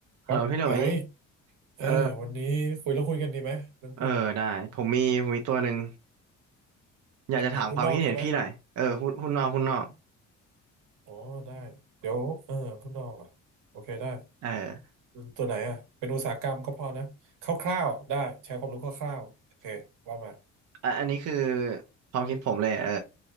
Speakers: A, on the right; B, on the right.
A: ครับไอซ์
B: ฮัลโหลพี่หลุย
A: เออวันนี้คุยเรื่องหุ้นกันดีไหมเรื่องหุ้น
B: เออ เออได้ ผมมีผมมีตัวหนึ่งอยากจะถามความคิดเห็นพี่หน่อย
A: ที่ไหนหุ้นนอกใช่ไหม
B: เออคุณนหุนนอกคุณนนอก
A: อ๋อได้เดี๋ยวเออหุ้นนอกอ่ะโอเคได้
B: เออ
A: ตัวไหนอ่ะเป็นอุตสาหกรรมก็พอนะคร่าวๆได้แชร์ความรู้คร่าวๆโอเคว่ามา
B: อ่ะอันนี้คือความคิดผมเลย เออ